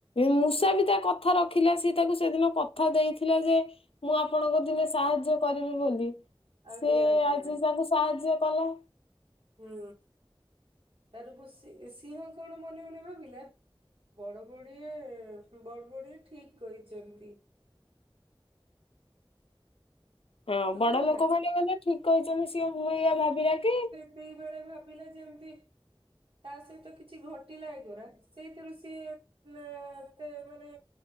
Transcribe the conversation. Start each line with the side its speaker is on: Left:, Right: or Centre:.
Left: ମୂଷା ବି ତା କଥା ରଖିଲା ସିଏ ତାକୁ ସେଦିନ କଥା ଦେଇଥିଲା ଯେ ମୁଁ ଆପଣଙ୍କ ଦିନେ ସାହାଯ୍ୟ କରିବି ବୋଲି।
Right: ଆଜ୍ଞା
Left: ସିଏ
Right: ଆଜ୍ଞା।
Left: ଆଜି ତାକୁ ସାହାଯ୍ୟ କଲା।
Right: ହୁଁ ତାରକୁ ସି ସିଂହ କଣ ମନେ ମନେ ଭାବିଲା। ବଡ ବଡିଏ ବ ବଡିଏ ଠିକ କହିଛନ୍ତି।
Left: ହଁ
Right: ଶୁଗାଗଲା।
Left: ବଡ ଲୋକମାନେ ଗ ହେଲେ ଠିକ କହିଛନ୍ତି ସିଏ ମୁଁ ଏଇଆ ଭାବିଲା କି
Right: ଦି ବେଳେ ଭାବିଲା ଯେମିତି ତା ସହିତ କିଛି ଘଟିଲା ଏ ଗୁରା। ସେଇଥିରୁ ସିଏ ତେ ଏତେ ମାନେ